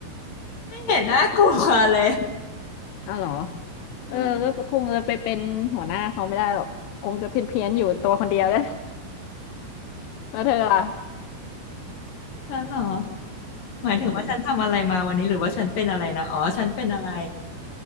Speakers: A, on the left (about 55°); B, on the left (about 80°).
A: ไม่เห็นน่ากลัวเลย
B: เอาเหรอ
A: เออ
B: เออก็คงจะไปเป็นหัวหน้าเขาไม่ได้หรอกคงจะเพี้ยนเพียนอยู่ตัวคนเดียวแหล้ว <laughs> แล้วเธอล่ะ
A: ฉันเหรอ หมายถึงว่าฉันทำอะไรมาวันนี้หรือว่าฉันเป็นอะไรนะอ๋อฉันเป็นอะไร
B: อืม